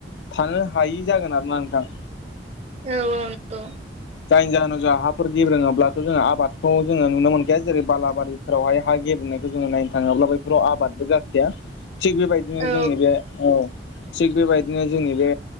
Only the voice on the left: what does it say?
थानो हायि जागोन आरोना नोंथां
जायनि जाहोनाव जा हाफोर गेबोङोबथ' जोङो आबादखौ जोङो नुनो मोनखाया जेरै बालाबारि फोरावहाय हा गेबेनायखौ जोङो नायनो थाङोब्ला बैफोराव आबादबो जाखाया थिग बेबायदिनो
जोंनि बे औ थिग बेबायदिनो जोंनि बे